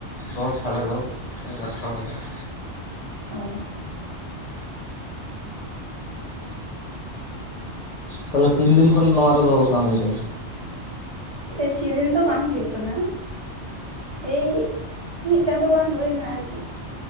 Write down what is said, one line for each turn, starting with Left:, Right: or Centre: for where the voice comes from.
Left: ᱫᱚᱥ ᱥᱟᱲᱮ ᱫᱚᱥ ᱮᱜᱟᱨᱚᱴᱟ ᱵᱟᱡᱟᱜᱼᱟ᱾
Right: ᱚ
Left: ᱛᱟᱦᱚᱞᱮ ᱛᱤᱱ ᱫᱤᱱ ᱠᱷᱚᱱ ᱱᱚᱣᱟ ᱨᱮᱫᱚ ᱠᱟᱹᱢᱤᱭ ᱫᱟ
Right: ᱵᱮᱥᱤ ᱫᱤᱱ ᱫᱚ ᱵᱟᱝ ᱦᱩᱭᱩᱜ ᱠᱟᱱᱟ᱾ ᱮᱭ ᱢᱤᱫ ᱪᱟᱸᱫᱳ ᱜᱟᱱ ᱦᱩᱭᱱᱟ ᱟᱨᱠᱤ